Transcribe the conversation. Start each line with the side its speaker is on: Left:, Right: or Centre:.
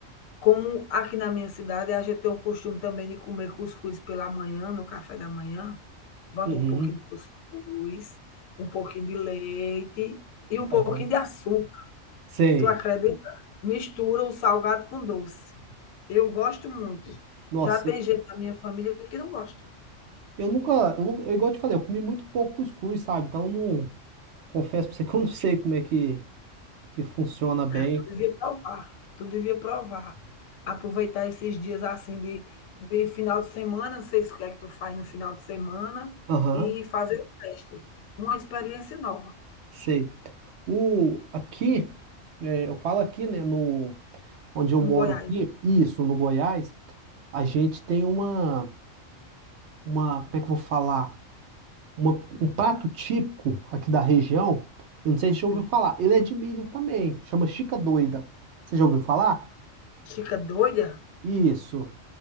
Left: Como aqui na minha cidade, a gente tem o costume também de comer cuscuz pela manhã, no café da manhã. Bota
Right: Uhum.
Left: um pouquinho de cuscuz, um pouquinho de leite e um pouquinho
Right: Aham.
Left: de açúcar.
Right: Sei.
Left: Tu acredita? Mistura o salgado com doce. Eu gosto muito.
Right: Nossa,
Left: Já tem gente da minha família que não gosta.
Right: eu nunca. Eu, nu- eu, igual eu te falei, eu comi muito pouco cuscuz, sabe? Então eu não. Confesso pra você que eu não sei como é que, que funciona bem.
Left: Ah, tu devia provar, tu devia provar. Aproveitar esses dias assim de, de final de semana, não sei se o que é que tu faz no final de semana,
Right: Aham.
Left: e fazer o teste. Uma experiência nova
Right: Sei. O, aqui, é, eu falo aqui, né, no, onde eu
Left: no
Right: moro
Left: Goiás.
Right: aqui, isso, no Goiás, a gente tem uma, uma, como é que eu vou falar? Uma- um prato típico aqui da região, eu não sei
Left: Sim.
Right: se você já ouviu falar, ele é de milho também, chama Chica Doida. Você já ouviu falar?
Left: Chica doida?
Right: Isso.